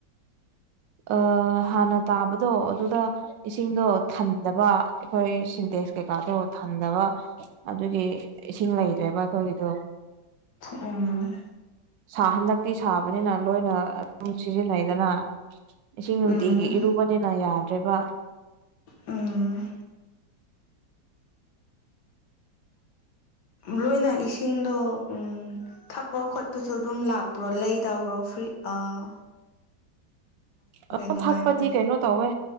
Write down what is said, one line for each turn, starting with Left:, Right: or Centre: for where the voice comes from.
Right: ꯑꯥ ꯍꯥꯟꯅ ꯇꯥꯕꯗꯣ ꯑꯗꯨꯗ ꯏꯁꯤꯡꯗꯣ ꯊꯟꯗꯕ ꯑꯩꯈꯣꯏ ꯁꯤꯟꯇꯦꯛꯁ ꯀꯩꯀꯥꯗꯣ ꯊꯟꯗꯕ ꯑꯗꯨꯒꯤ ꯏꯁꯤꯡ ꯂꯩꯇ꯭ꯔꯦꯕ ꯑꯩꯈꯣꯏꯒꯤꯗꯣ
Left: ꯎꯝ
Right: ꯁꯥ ꯍꯟꯗꯛꯇꯤ ꯁꯥꯕꯅꯤꯅ ꯂꯣꯏꯅ ꯑꯗꯨꯝ ꯁꯤꯖꯤꯟꯅꯩꯗꯅ꯫ ꯏꯁꯤꯡ ꯅꯨꯡꯇꯤꯒꯤ
Left: ꯎꯝ
Right: ꯏꯔꯨꯕꯅꯤꯅ ꯌꯥꯗ꯭ꯔꯦꯕ꯫
Left: ꯎꯝ ꯂꯣꯏꯅ ꯏꯁꯤꯡꯗꯣ ꯎꯝ ꯊꯛꯄ ꯈꯣꯠꯄꯁꯨ ꯑꯗꯨꯝ ꯂꯥꯛꯄ꯭ꯔꯣ ꯂꯩꯗꯕ꯭ꯔꯣ ꯐ꯭ꯔꯤ ꯑꯥ
Right: ꯑ
Left: ꯅꯨꯡꯉꯥꯏꯕ꯭ꯔꯣ
Right: <inaudible> ꯊꯛꯄꯗꯤ ꯀꯩꯅꯣ ꯇꯧꯋꯦ